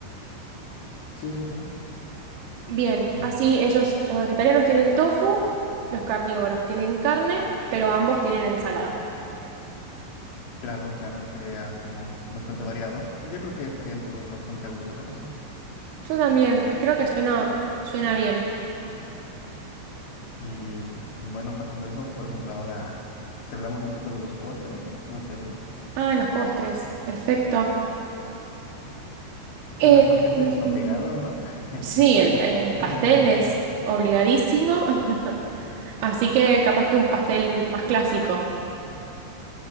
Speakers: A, on the left (about 70°); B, on the right (about 85°).
A: Sí, sí, sí.
B: Bien,
A: Sí.
B: así ellos, los vegetarianos tienen tofu, los carnívoros tienen carne, pero ambos tienen ensalada.
A: Claro, claro, sería como bastante variado. Yo creo que estarían todos bastante a gusto con eso.
B: Yo también, creo que suena, suena bien.
A: Y bueno, pasando eso, por ejemplo, ahora, si hablamos un poco de los postres, no sé,
B: Ah, los postres, perfecto. Eh,
A: bueno, el pastel
B: mm,
A: es obligado, ¿no? <laughs> Ya
B: sí,
A: que es una
B: el,
A: boda.
B: el pastel
A: <laughs>
B: es obligadísimo, <laughs> así que capaz que un pastel más clásico.